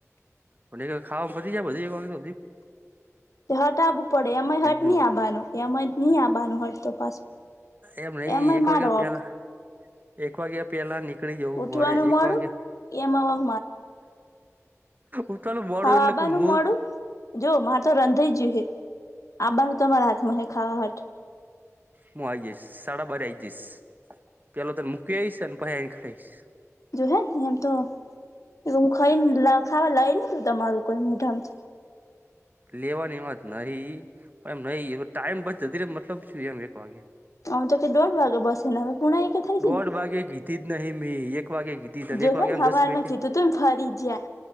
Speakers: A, on the right (about 35°); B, on the left (about 85°).
A: અને ખાવા પતી જાય બધી એક વાગે સુધી
B: હટ આવવું પડે એમાં હટ
A: જો
B: નહી આવવાનું એમાં જ નહી આવનું હટ તો પાછું
A: એમ નઈ
B: એમાંય
A: એક
B: મારો
A: વાગ્યા પેલા
B: હક
A: એક વાગ્યા પેલા ની નીકળી જવું
B: ઉઠવાનું
A: પડે એક
B: મોડું
A: વાગ્યા
B: એમાં વક
A: ઉઠવાનું મોડું
B: હા
A: એટલે
B: આબાનું
A: કે મુ
B: મોડું જો મા તો રંધાઈ જય હ આ બાનું તમારા હાથમાં હ ખાવા હાટ
A: હું આવી જઈશ સાડા બારે આઈ જઈશ પેલો તને મૂકી આવીશ અને પછી આઈને ખાઈશ
B: જોહે એમ તો હું ખાઈ ખાવા લઈ નને તું તમારું કોઈ મોઢામાંથી
A: લેવાની વાત નહી પણ એમ નહી ટાઈમ બતો મતલબ શું એમ એક વાગે
B: આમ તો કે દોઢ વાગે બસે ને હવે પુણા એકે થઈ
A: દોઢ
B: જ ને
A: ભગે ઘીતી જ નહી મી એક એક વાગે કીધી તને
B: જો
A: એક વાગ્યા
B: હે ને
A: એમ
B: હવારમાં
A: દસ મિનિટ
B: કીધું તું ને ફરી જ્યા